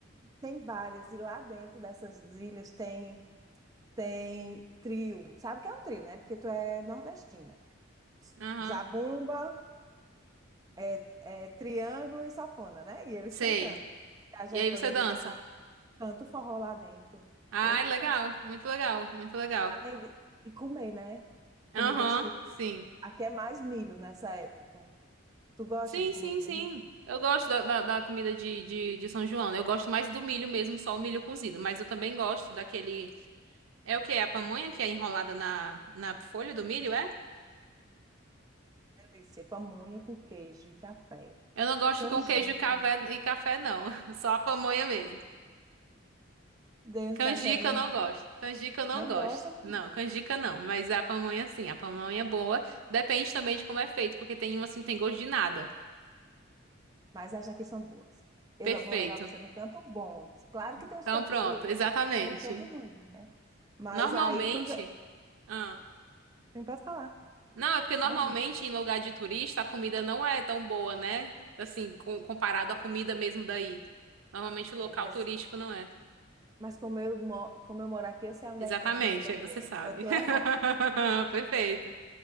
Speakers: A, on the right; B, on the right.
A: tem várias, e lá dentro dessas ilhas tem, tem trio. Sabe o que é um trio, né? Porque tu é nordestina.
B: Aham.
A: Zabumba, é, é triângulo e sanfona, né? E eles
B: Sei.
A: cantando. A gente
B: E aí
A: poderia
B: você dança.
A: dançar tanto forró lá dentro.
B: Ai,
A: Eu danço.
B: legal. Muito legal, muito legal.
A: E além de... E comer, né?
B: Aham,
A: Comidas típicas.
B: sim.
A: Aqui é mais milho nessa época. Tu gosta
B: Sim,
A: de comida
B: sim,
A: de
B: sim.
A: milho?
B: Eu gosto da, da, da comida de, de, de São João. né? Eu gosto mais do milho mesmo, só o milho cozido. Mas eu também gosto daquele. É o que? É a pamonha
A: Sim.
B: que é enrolada na, na folha do milho, é?
A: Delícia. Pamonha com queijo e café.
B: Eu não gosto
A: Canjica.
B: com queijo e café, e café, não. <laughs> Só a pamonha mesmo.
A: Deus
B: Canjica
A: não sabe o que é bom,
B: eu
A: não.
B: não gosto. Canjica eu não
A: Não
B: gosto.
A: gosta, mulher.
B: Não, canjica não. Mas a pamonha sim. A pamonha é boa. Depende também de como é feito, porque tem uma assim, que tem gosto de nada.
A: Mas acha que são boas. Eu
B: Perfeito.
A: la- vou levar você num canto bom. Claro que
B: Então
A: tem os campos,
B: pronto,
A: o,
B: exatamente.
A: o- tem um canto ruim, né? Mas
B: Normalmente.
A: aí tu já
B: Ah,
A: tem para falar.
B: não, é porque normalmente
A: Fala, amiga.
B: em lugar de turista a comida não é tão boa, né? Assim, com- comparado à comida mesmo daí. Normalmente o local
A: É, mas,
B: turístico não é.
A: mas como eu, mo- como eu moro aqui, eu sei onde
B: Exatamente,
A: é que tem a comida
B: aí
A: boa.
B: você sabe.
A: E vou te
B: <laughs>
A: levar. Aqui
B: Perfeito.